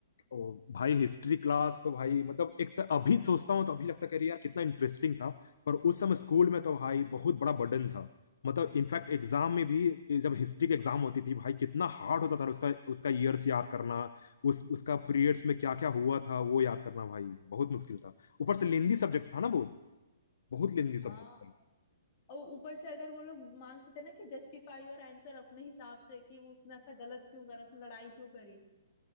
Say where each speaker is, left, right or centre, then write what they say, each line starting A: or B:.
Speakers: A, on the left; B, on the left.
A: ओ भाई हिस्ट्री क्लास तो भाई मतलब एक तो अभी सोचता हूँ तो अभी लगता है कि अरे यार कितना इंटरेस्टिंग था पर उस समय स्कूल में तो भाई बहुत बड़ा बर्डन था मतलब इनफैक्ट एग्जाम में भी जब हिस्ट्री की एग्जाम होती थी भाई कितना हार्ड होता था उसका उसका ईयर्स याद करना उस उसका पीरियड्स में क्या क्या हुआ था वो याद करना भाई बहुत मुश्किल था ऊपर से लेंदी सब्जेक्ट था ना बहुत बहुत लेंदी सब्जेक्ट
B: हाँ
A: था
B: और ऊपर से अगर वो लोग मांगते थे ना कि जस्टिफाई योर आंसर अपने हिसाब से कि उसने ऐसा गलत क्यों करा उसने लड़ाई क्यों करी